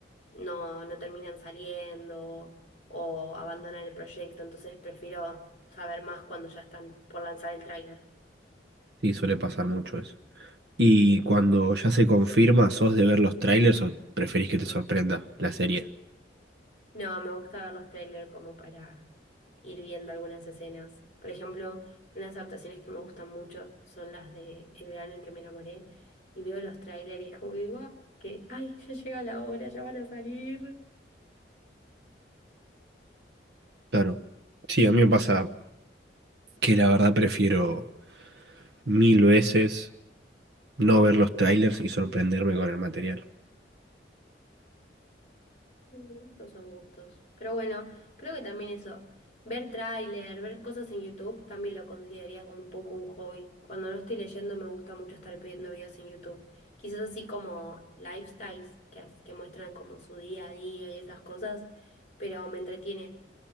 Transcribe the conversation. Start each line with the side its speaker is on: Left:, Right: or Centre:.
Left: no, no terminan saliendo o abandonan el proyecto, entonces prefiero saber más cuando ya están por lanzar el tráiler.
Right: Sí, suele pasar mucho eso. ¿Y cuando ya se confirma, sos de ver los trailers o preferís que te sorprenda la serie?
Left: No, me gusta ver los trailers como para ir viendo algunas escenas. Por ejemplo, unas adaptaciones que me gustan mucho son las de El verano en que me enamoré. Y veo los trailers y es como que digo, ah, que, ay, ya llega la hora, ya van a salir.
Right: Claro. Sí, a mí me pasa que la verdad prefiero mil veces. No ver los trailers y sorprenderme con el material.
Left: Mm, Esos son gustos. Pero bueno, creo que también eso, ver tráiler, ver cosas en YouTube, también lo consideraría como un poco un hobby. Cuando no estoy leyendo me gusta mucho estar viendo videos en YouTube. Quizás así como lifestyles que, as- que muestran como su día a día y esas cosas, pero me entretiene.